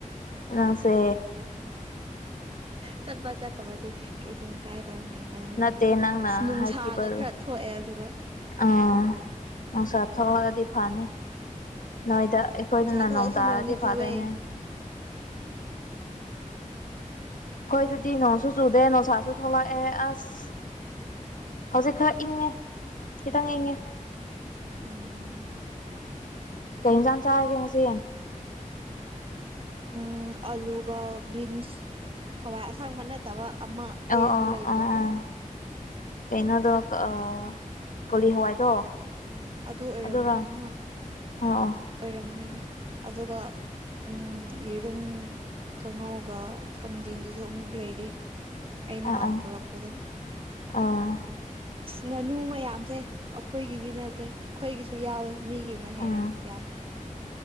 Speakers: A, on the left; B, on the right.
A: ꯅꯪꯁꯦ
B: ꯆꯠꯄ ꯆꯠꯇꯕꯗꯤ ꯀꯩꯁꯨꯝ ꯀꯥꯏ ꯗꯝꯅꯤꯗ
A: ꯅꯠꯇꯦ ꯅꯪꯅ
B: ꯅꯨꯡꯁꯥꯒ
A: ꯍꯥꯏꯈꯤꯕ
B: ꯈꯔ ꯊꯣꯛꯑꯦ ꯑꯗꯨꯒ
A: ꯑꯥ ꯅꯨꯡꯁꯥ ꯊꯣꯛꯂꯗꯤ ꯐꯅꯤ ꯅꯣꯏꯗ ꯑꯩꯈꯣꯏꯗꯅ
B: ꯅꯨꯡꯁꯥ ꯊꯣꯛꯑꯁꯨ
A: ꯅꯣꯡ ꯇꯥꯔꯗꯤ
B: ꯅꯣꯡꯗꯤ ꯆꯨꯋꯦ
A: ꯐꯗꯣꯏꯅꯦ ꯈꯣꯏꯗꯗꯤ ꯅꯣꯡꯁꯨ ꯆꯨꯗꯦ ꯅꯨꯡꯁꯥꯁꯨ ꯊꯣꯂꯛꯑꯦ ꯑꯁ ꯍꯧꯖꯤꯛ ꯈꯔ ꯏꯪꯉꯦ ꯈꯤꯇꯪ ꯏꯪꯉꯦ
B: ꯎꯝ
A: ꯀꯩ ꯍꯦꯟꯖꯥꯡ ꯆꯥꯔꯒꯦ ꯉꯁꯤ
B: ꯎꯝ ꯑꯂꯨꯒ ꯕꯤꯟꯁ ꯍꯋꯥꯏ ꯑꯁꯥꯡꯕ ꯅꯠꯇꯕ ꯑꯃ ꯇꯦꯟꯕ
A: ꯑꯣ ꯑꯣ
B: ꯂꯩꯕꯗꯣ
A: ꯑꯥ ꯑꯥ ꯀꯩꯅꯣꯗꯣ ꯑꯥ ꯀꯣꯂꯤ ꯍꯋꯥꯏꯗꯣ
B: ꯑꯗꯨ ꯑꯣꯏꯔꯝꯒꯅꯤ
A: ꯑꯗꯨꯔꯣ
B: ꯍ
A: ꯑꯣ ꯑꯣ
B: ꯑꯣꯏꯔꯝꯒꯅꯤ ꯑꯗꯨꯒ ꯎꯝ ꯌꯦꯔꯨꯝ ꯀꯥꯡꯉꯧꯒ ꯊꯥꯡꯖꯤꯡꯒꯤꯁꯨ ꯑꯃꯨꯛ ꯂꯩꯔꯤ ꯑꯩ
A: ꯑꯥ
B: ꯅꯍꯥꯟ
A: ꯑꯥ
B: ꯄꯨꯔꯛꯄꯗꯣ
A: ꯑꯥ
B: ꯉꯅꯨ ꯃꯌꯥꯝꯖꯦ ꯑꯈꯣꯏꯒꯤꯗꯤ ꯅꯠꯇꯦ ꯈꯣꯏꯒꯤꯁꯨ ꯌꯥꯎꯋꯦ ꯃꯤꯒꯤꯅ ꯍꯦꯟꯅ
A: ꯑꯥ
B: ꯌꯥꯝꯃꯦ